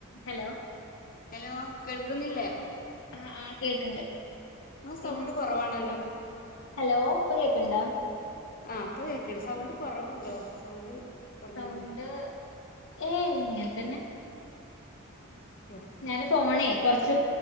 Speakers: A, on the left; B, on the left.
A: ഹലോ
B: ഹലോ കേൾക്കുന്നില്ലേ
A: ആഹ് ആഹ് കേൾക്ക്‌ണ്ട്
B: നിങ്ങളെ സൗണ്ട്
A: പിന്നെ
B: കുറവാണല്ലോ
A: ഹലോ ഇപ്പൊ കേൾക്ക്ണ്ടോ?
B: ആഹ് ഇപ്പൊ കേക്ക്ണ്ട് സൗണ്ട് കൊറവുണ്ടോ സൗണ്ട് കുറഞ്ഞണോ
A: സൗണ്ട് ഏയ് ഇങ്ങനെ തന്നെ
B: <inaudible>
A: ഞാന് ഫോണേ കൊറച്ച്